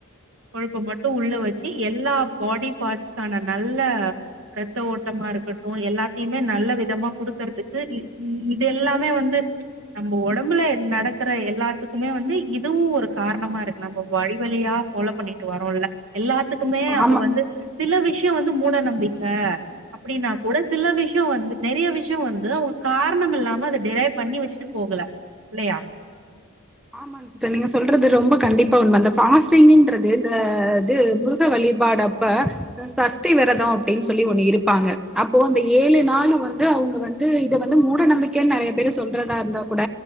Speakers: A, on the right (about 70°); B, in the centre.
A: கொழுப்ப மட்டு உள்ள வச்சு எல்லா பாடி பார்ட்ஸ்கான நல்ல ரத்த ஓட்டமா இருக்கட் டு‌ எல்லாத்தையுமே நல்ல விதமா குடுக்கற்துக்கு இ இது எல்லாமே வந்து நம்ம ஒடம்புல நடக்குற எல்லாத்துக்குமே வந்து இதுவு ஒரு காரணமா இருக்கு நம்ம வழி வழியா ஃபாலோ பண்ணிட்டு வரோல்ல எல்லாத்துக் குமே அப்ப
B: ஆமா
A: வந்து சில விஷ்யோ வந்து மூட நம்பிக்க அப்டின்னா கூட சில விஷ்யொ வந்து நெறைய விஷ்யொ வந்து அவுங்க காரணம் இல்லாம அத டெலேவ் பண்ணி வச்சுட்டு போகல இல்லயா
B: ஆமாங்க சிஸ்டர் நீங்க சொல்றது ரொம்ப கண்டிப்பா உண்ம இந்த ஃபாஸ்டிங்குன்றது இந்த‌ து முருக வழிபாடு அப்ப சஸ்டி வெரதொ அப்டின் சொல்லி ஒன்னு இருப்பாங்க அப்போ அந்த ஏழு நாளு வந்து அவுங்க வந்து இத வந்து மூட நம்பிக்கன் நெறைய பேரு சொல்றதா இருந்தா கூட